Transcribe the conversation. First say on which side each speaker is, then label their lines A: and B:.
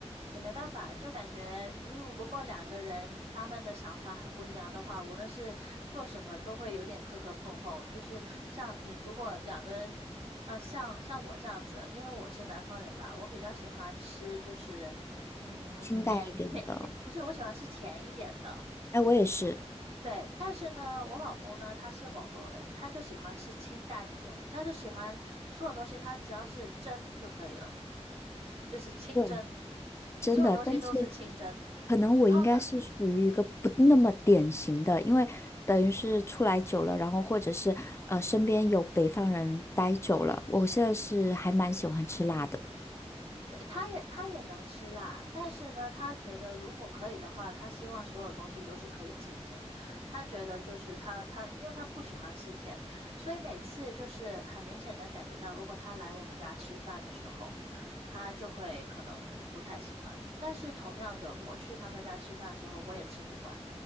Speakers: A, on the right; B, on the left.
A: 也没办法，就感觉如如果两个人他们的想法很不一样的话，无论是做什么都会有点磕磕碰碰。就是像你，如果两个人，呃，像像我这样子，因为我是南方人吧，我比较喜欢吃就是，嗯，
B: 清淡一点的。
A: 甜甜甜，不是，我喜欢吃甜一点的。
B: 哎，我也是，
A: 对，但是呢，我老公呢，他是广东人，他就喜欢吃清淡一点，他就喜欢所有东西，他只要是蒸就可以了，就是清蒸，
B: 对，真的，
A: 所有东西都是清蒸。
B: 但是。可能我应该是属于一个不那么典型的，
A: 然后呢，
B: 因为等于是出来久了，然后或者是呃身边有北方人待久了，我现在是还蛮喜欢吃辣的，
A: 对，他也他也能吃辣，但是呢，他觉得如果可以的话，他希望所有东西都是可以清蒸。他觉得就是他他，因为他不喜欢吃甜，所以每次就是很明显能感觉到，如果他来我们家吃饭的时候，他就会可能不太喜欢。但是同样的，我去他们家吃饭的时候，我也吃不惯，